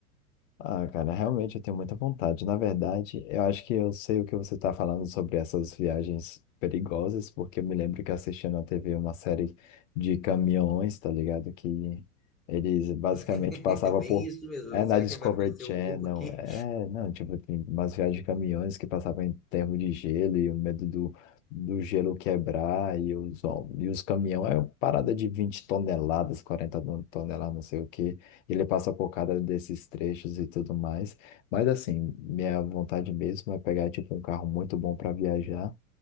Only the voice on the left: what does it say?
Ah, cara, realmente eu tenho muita vontade. Na verdade, eu acho que eu sei o que você está falando sobre essas viagens perigosas, porque eu me lembro que assisti na TV uma série de caminhões, tá ligado? Que eles basicamente
passavam
por.
É na
Discovery
Channel,
é, não, tipo, tem umas viagens de caminhões que passavam em termo de gelo e o medo do, do gelo quebrar e os, hom- e os caminhões, é uma parada de 20 toneladas, 40 toneladas, não sei o quê. Ele passa por cada desses trechos e tudo mais. Mas assim, minha vontade mesmo é pegar tipo um carro muito bom para viajar.